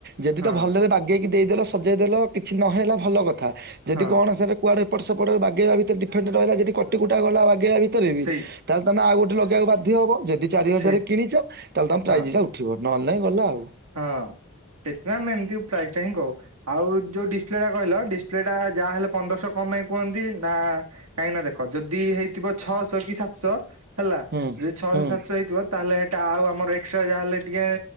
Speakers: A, on the right (about 45°); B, on the right (about 90°).
A: ଯେଦି
B: ହଁ
A: ତ ଭଲରେ ବାଗେଇକି ଦେଇଦେଲ ସଜେଇଦେଲ କିଛି ନହେଲା ଭଲ କଥା। ଯଦି
B: ହଁ
A: କଣ ସେ କୁଆଡେ ଏଟ ସେପଟ ବାଗେଇବା ଭିତରେ ଡିଫେଣ୍ଡେ ରହିଲ ଯଦି କଟି କୁଟା ଗଲା ଲଗେଇବା ଭିତରେ ବି
B: ସେଇ
A: ତାହେଲେମେ ଆଉ ଗୋଟେ ଲେଇବାକୁ ବାଧ୍ୟ ଯଦି ଚାରି ହଜାର
B: ସେ
A: କିଣିଛ ତାହେଲେ ତମ ପ୍ରାଇଜ୍ଇଟା
B: ହଁ।
A: ଉଠିବ ନହେଲେ ନାହିଁ ଗଲା ଆଉ।
B: ହଁ ସେଥିପାଇଁ ଆମେ ଏମିତି ପ୍ରାଇଜ୍ ଟା ହିଁ କହୁ ଆଉ ଯୋଉ ଡିସପ୍ଲେ ଟା କହିଲ ଡିସପ୍ଲେ ଟା ଯାହାହଲେ ପନ୍ଦରଶହ କମେଇକି କୁହନ୍ତି ନା ଦେଖ ଯଦି ହେଇଥିବ ଛଅଶହ କି ସାତଶହ ହେଲା
A: ହୁଁ
B: ଯଦି ଛଅଶହ
A: ହୁଁ।
B: ସାତଶହ ହେଇଥିବ ତାହେଲେ ସେଇଟା ଆଉ ଆମର ଏକ୍ଟ୍ରା ଯାହାହେଲେ ଟିକେ